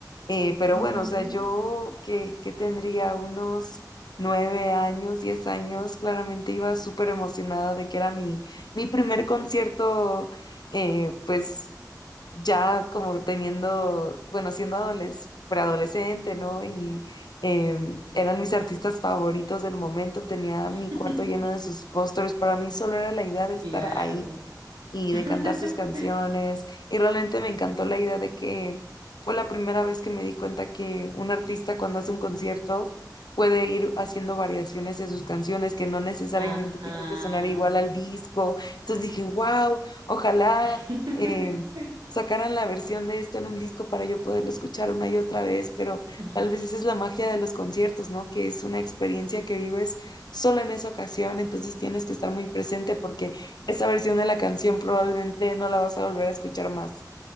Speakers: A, on the left; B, on the right.
A: Eh, pero
B: ujú, ujú,
A: bueno, o sea,
B: ujú.
A: yo que, que tendría unos nueve años, diez años, claramente iba súper emocionada de que era mi, mi primer concierto, eh, pues ya como teniendo, bueno, siendo adoles- preadolescente, ¿no? Y em, eran mis artistas favoritos del momento, tenía
B: <laughs>
A: mi cuarto lleno de sus pósters, para mí solo era la idea de estar
B: Claro.
A: ahí y
B: <laughs>
A: de cantar sus canciones. Y realmente me encantó la idea de que fue la primera vez que me di cuenta que un artista cuando hace un concierto puede ir haciendo variaciones de sus canciones que no necesariamente
B: Ajá.
A: tienen que sonar igual al disco. Entonces dije, wow, ojalá
B: <laughs>
A: eh, sacaran la versión de esto en un disco para yo poderlo escuchar una y otra vez, pero
B: <laughs>
A: tal vez esa es la magia de los conciertos, ¿no? Que es una experiencia que vives solo en esa ocasión, entonces tienes que estar muy presente porque esa versión de la canción probablemente no la vas a volver a escuchar más.